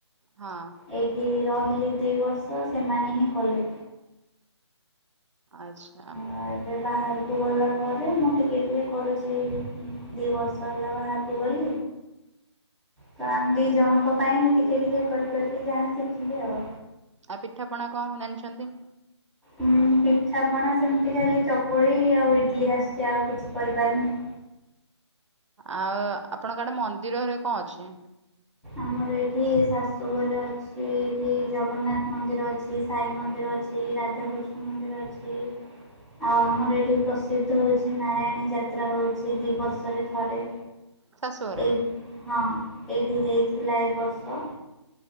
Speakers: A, on the right (about 80°); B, in the centre.
A: ହଁ।
B: ଏଇଠି ରହିଲି ଦି ବର୍ଷ ସେମାନେ ହିଁ କଲେ।
A: ଆଚ୍ଛା।
B: ଆଉ ଏବେ ବାହାରକୁ ଗଲା ପରେ ମୁଁ ଟିକିଏ ଟିକିଏ କରୁଚି। ଦି ବର ସଇଲା ବାହାରକୁ ଗଲି। ତ ଆମ୍ ଦି ଜଣଙ୍କ ପାଇଁ ଟିକେ ଟିକେ କରି କରିକି ଯାହା ଶିଖିଲି ଆଉ।
A: ଆଉ ପିଠାପଣା କଣ ଜାଣିଛନ୍ତି?
B: ଉଁ ପିଠାପଣା ସେମିତି ଖାଲି ଚକୁଳି ଆଉ ଇଟିଲି ଆସୁଚି। ଆଉ କିଛି କରିପାରୁନି।
A: ଆଉ ଆପଣଙ୍କ ଆଡେ ମନ୍ଦିରରେ କଣ ଅଛି।
B: ଆମର ଏଇଠି ଶାଶୁଘରେ ଅ ଛି ଏଇଠି ଜଗନ୍ନାଥ ମନ୍ଦିର ଅଛି ସାଇ ମନ୍ଦିର ଅଛି ରାଧାକୃଷ୍ଣ ମନ୍ଦିର ଅଛି। ଆଉ ଆମର ଏଇଠି ପ୍ରସିଦ୍ଧ ହୋଉଛି ନାରାୟଣୀ ଯାତ୍ରା ହୋଉଛି ଦି ବର୍ଷରେ ଥରେ।
A: ଶାଶୁ ଘରେ
B: ଏ ହଁ ଏଇଠି ହେଇଥିଲା ଏ ବର୍ଷ।